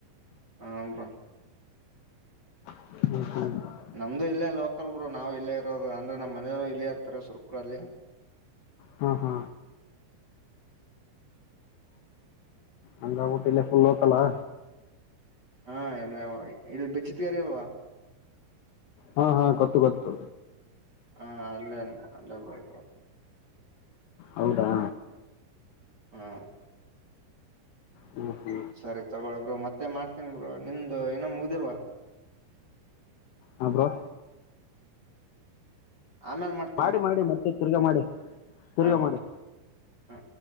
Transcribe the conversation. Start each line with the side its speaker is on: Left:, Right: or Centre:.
Right: ಹಾ ಬ್ರೋ.
Left: <inaudible>
Right: ನಮ್ದು ಇಲ್ಲೇ ಲೋಕಲ್ ಬ್ರೋ ನಾವ್ ಇಲ್ಲೇ ಇರೋದು ಅಂದ್ರೆ ನಮ್ಮ ಮನೆಯವರು ಇಲ್ಲೇ ಇರ್ತಾರೆ ಸುರ್ಪುರ ಅಲ್ಲಿ.
Left: ಹ್ಮ ಹಾ. ಹಂಗಾಗಿ ಬಿಟ್ಟು ಫುಲ್ ಲೋಕಲ್ಲಾ
Right: ಹಾ ಇಲ್ವಾ ಇಲ್ಲಿ ಬಿಚ್ಚತಿರಿ ಇಲ್ವಾ?
Left: ಹಾ ಹಾ ಗೊತ್ತು ಗೊತ್ತು.
Right: ಹಾ ಅಲ್ಲೇ ಅಲ್ಲೇ ಬ್ರೋ ಇದು.
Left: ಹೌದಾ
Right: ಹಾ
Left: ಹ್ಮ್ ಹ್ಮ್
Right: ಸರಿ ತಗೊಬರು ಮತ್ತೆ ಮಾಡ್ತನಿ ಬರು ನಿಮ್ದು ಏನೊ ಮುಗ್ದಿಲ್ವಾ
Left: ಹ ಬ್ರೋ
Right: ಆ ಮೇಲೆ ಮಾಡ್ತ
Left: ಮಾಡಿ ಮಾಡಿ ಮತ್ತೆ ತಿರ್ಗಾ ಮಾಡಿ ತಿರ್ಗಾ
Right: ಹಾ
Left: ಮಾಡಿ
Right: ಓಕೆ ಓಕೆ ಹಾ